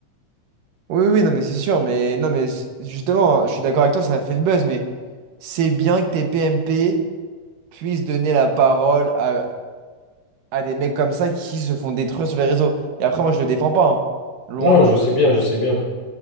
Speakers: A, on the right; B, on the left.
A: Oui, oui, oui, non, mais c'est sûr, mais non, mais c- justement, je suis d'accord avec toi, ça a fait le buzz, mais c'est bien que tes PMP puissent donner la parole à, à des mecs comme ça qui se font détruire sur les réseaux. Et après, moi, je le défends pas, hein. Loin.
B: Non,
A: de-
B: je sais bien, je sais bien.